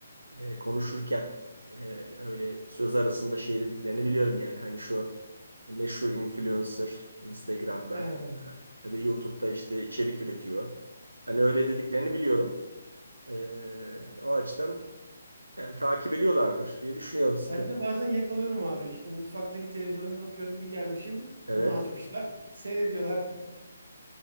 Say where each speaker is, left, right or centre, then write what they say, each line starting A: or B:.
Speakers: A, on the right; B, on the right.
A: e, konuşurken e, öyle söz arasında şey dediklerini biliyorum yani hani şu meşhur influencer Instagram'da
B: He.
A: ya da YouTube'da işte içerik üretiyor. Hani öyle dediklerini biliyorum. E, o açıdan yani takip ediyorlardır diye düşünüyorum sıkı.
B: Ben de bazen yakalıyorum abi. İşte mutfaktaki televizyona bir bakıyorum bir gelmişim
A: Evet.
B: onu açmışlar. <laughs> Seyrediyorlar.